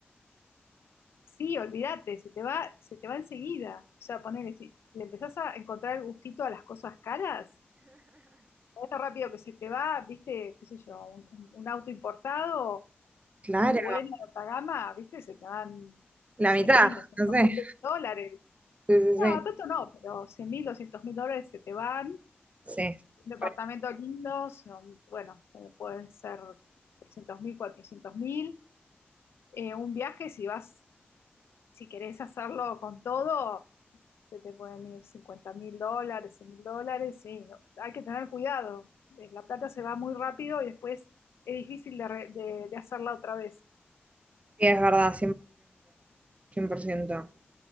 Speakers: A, on the left; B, on the right.
A: sí, olvídate, se te va, se te va enseguida. O sea, ponele, si le empezás a encontrar el gustito a las cosas caras, es rápido que se te va, ¿viste? ¿Qué sé yo? Un, un- un auto importado,
B: claro,
A: muy bueno, de alta gama, ¿viste? Se te van
B: la
A: cien
B: mitad,
A: mil, doscientos
B: no sé.
A: mil dólares.
B: Sí, sí,
A: No,
B: sí.
A: tanto no, pero cien mil, doscientos mil dólares se te van.
B: Sí,
A: Un departamento
B: Re.
A: lindo, son- bueno, eh, puede ser trescientos mil, cuatrocientos mil. eh, un viaje, si vas, si querés hacerlo con todo, se te pueden ir cincuenta mil dólares, cien mil dólares, sí, hay que tener cuidado. Eh, La plata se va muy rápido y después es difícil de, re- de- de hacerla otra vez.
B: Sí, es verdad, 100%, 100%,